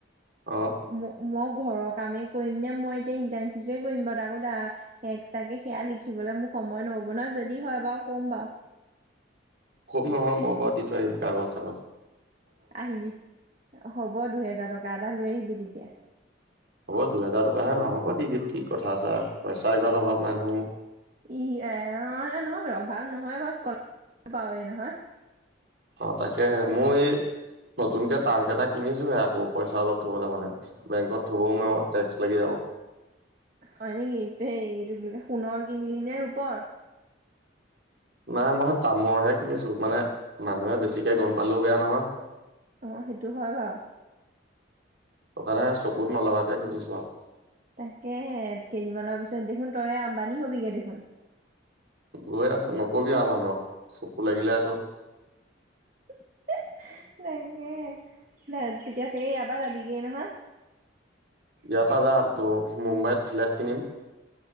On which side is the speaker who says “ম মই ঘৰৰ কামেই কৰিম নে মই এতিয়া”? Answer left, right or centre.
Right